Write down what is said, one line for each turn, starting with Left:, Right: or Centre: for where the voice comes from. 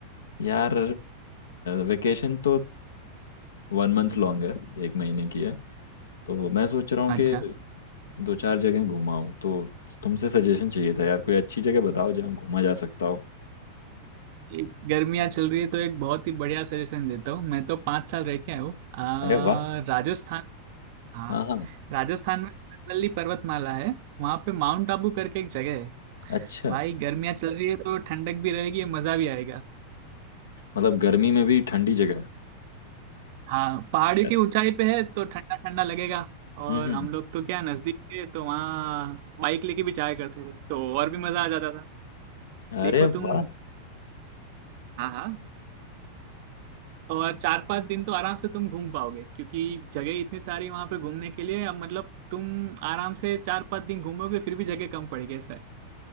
Left: यार वेकेशन तो वन मंथ लॉन्ग है एक महीने की है तो मैं सोच रहा हूँ
Right: अच्छा
Left: कि दो चार जगह घूम आऊँ तो तुमसे सजेशन चाहिए था यार कोई अच्छी जगह बताओ जहाँ घूमा जा सकता हो
Right: एक गर्मियाँ चल रही है तो एक बहुत ही बढ़िया सजेशन देता हूँ मैं तो पाँच साल रह के आया हूँ आ,
Left: अरे वाह
Right: राजस्थान हाँ
Left: हाँ
Right: राजस्थान में नल्ली पर्वतमाला है वहाँ पे माउंट आबू करके एक जगह है
Left: अच्छा
Right: भाई गर्मियाँ चल रही है तो ठंडक भी रहेगी मजा भी आएगा
Left: मतलब गर्मी में भी ठंडी जगह है।
Right: हाँ पहाड़ियों
Left: यार
Right: की ऊंचाई पे है तो ठंडा ठंडा लगेगा और
Left: हम्म हम्म,
Right: हम लोग तो क्या नजदीक थे तो वहाँ बाइक लेके भी जाया करते थे तो और भी मजा आ जाता था
Left: हम्म।
Right: देखो
Left: अरे
Right: तुम
Left: वाह
Right: हाँ हाँ और चार पांच दिन तो आराम से तुम घूम पाओगे क्योंकि जगह इतनी सारी वहां पे घूमने के लिए अब मतलब तुम आराम से चार पांच दिन घूमोगे फिर भी जगह कम पड़ेगी ऐसा है